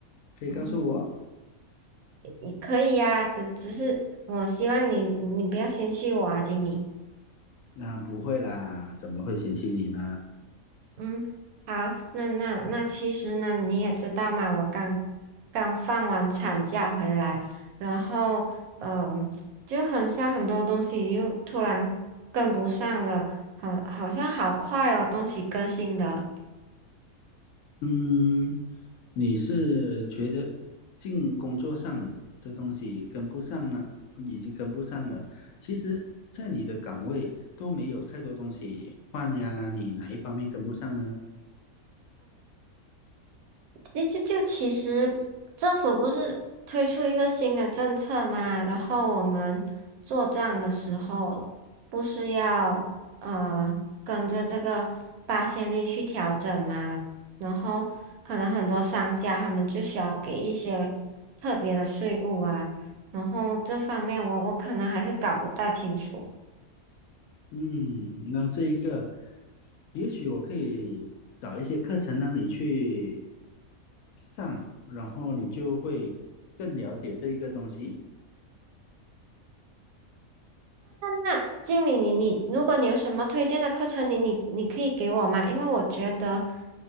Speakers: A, on the left; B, on the right.
A: 可以告诉我？
B: 嗯，你可以呀、只只是我希望你你不要嫌弃我啊，经理。
A: 那、不会啦，怎么会嫌弃你呢？
B: 嗯，好，那那那其实呢，你也知道嘛，我刚刚放完产假回来，然后嗯、呃就很像很多东西又突然跟不上了，好，好像好快哦，东西更新的。
A: 嗯，你是觉得进工作上的东西跟不上呢？已经跟不上了。其实，在你的岗位都没有太多东西换呀，你哪一方面跟不上呢？
B: 就就就其实政府不是推出一个新的政策嘛，然后我们做账的时候不是要呃跟着这个八仙率去调整嘛，然后可能很多商家他们就需要给一些特别的税务啊，然后这方面我我可能还是搞不大清楚。
A: 嗯，那这一个，也许我可以找一些课程让你去上，然后你就会更了解这一个东西。
B: 那经理你，你如果你有什么推荐的课程，你你你可以给我吗？因为我觉得，